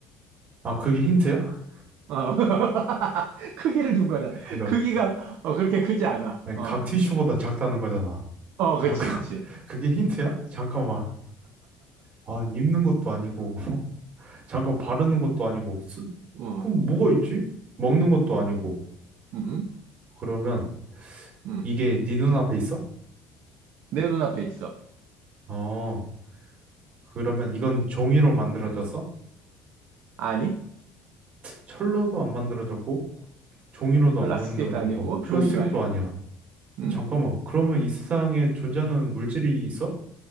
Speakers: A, on the right; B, on the right.
A: 아, 그게 힌트야?
B: 어. <laughs> 크기를 준 거잖아.
A: 그러니까,
B: 크기가, 어, 그렇게 크지 않아. 어,
A: 각 티슈보다 작다는 거잖아.
B: 어,
A: 잠깐,
B: 그치, 그치.
A: <laughs> 그게 힌트야? 잠깐만. 아, 입는 것도 아니고, <laughs> 잠깐 바르는 것도 아니고, 쓰...
B: 어,
A: 그럼 뭐가 있지? 먹는 것도 아니고.
B: 음,
A: 그러면
B: 음.
A: 이게 네 눈앞에 있어?
B: 내 눈앞에 있어.
A: 어, 그러면 이건 종이로 만들어졌어?
B: 아니,
A: 철로도 안 만들어졌고 종이로도
B: 플라스틱도
A: 안 만들어졌고
B: 아니고,
A: 플라스틱도
B: 종이도 아니야.
A: 아니야.
B: 음.
A: 잠깐만, 그러면 이 세상에 존재하는 물질이 있어?